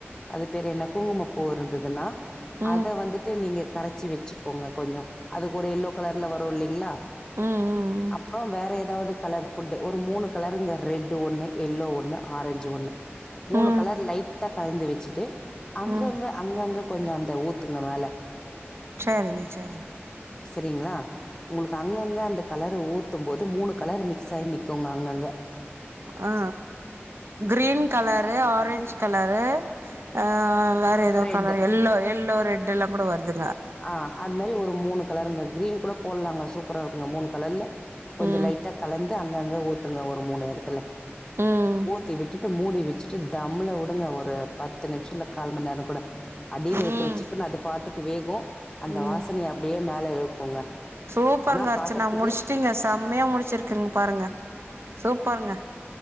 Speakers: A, on the left; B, on the right.
A: அது பேரு என்ன குங்குமப் பூ இருந்ததுன்னா
B: ம்
A: அத வந்துட்டு நீங்க கரைச்சி வச்சுக்கோங்க கொஞ்சோ அதுக்கு ஒரு எல்லோ கலர்ல வரு இல்லைங்ளா
B: ம் ம் ம்
A: அப்றோ வேற எதாவது கலர் ஃபுட்டு ஒரு மூணு கலருங்க ரெட்டு ஒன்னு எல்லோ ஒன்னு ஆரெஞ்சு ஒன்னு மூணு
B: ம்
A: கலர் லைட்டா கலந்து வச்சிட்டு அங்கங்க
B: ம்
A: அங்கங்க கொஞ்சோ அந்த ஊத்துங்க மேல
B: சேரிங்க சேரி
A: செரிங்ளா உங்களுக்கு அங் அங்கங்க அந்த கலரு ஊத்து போது மூணு கலரு மிக்ஸாயி நிக்குங்க அங்கங்க
B: ஆ க்ரீன் கலரு ஆரெஞ்ச் கலரு ஆ வேற ஏதோ
A: ரெட்டு
B: கலரு எல்லோ எல்லோ ரெட்டெல்லா கூட வருது
A: ஆ அது மாரி ஒரு மூணு கலருங்க க்ரீன் கூட போட்லாங்க சூப்பராருக்குங்க மூணு கலர்ல கொஞ்சோ
B: ம்
A: லைட்டா கலந்து அங்கங்க ஊத்துங்க ஒரு மூணு எடத்துல
B: ம்
A: ஊத்தி விட்டுட்டு மூடி விச்சுட்டு தம்ல வுடுங்க ஒரு பத் து நிம்ஷல கால் மண்நேரோ கூட அடிலருக்குற
B: ம்
A: சிக்கன் அது பாட்டுக்கு வேகு அந்த
B: ம்
A: வாசனய அ ப்டியே மேல இழுக்குங்க
B: சூப்பருங்க
A: ஆனால்
B: அர்ச்சனா
A: பார்க்கறத்துக்கு
B: முடிச்ட்டீங்க செம்மயா முடிச்சுருக்ங் பாருங்க சூப்பருங்க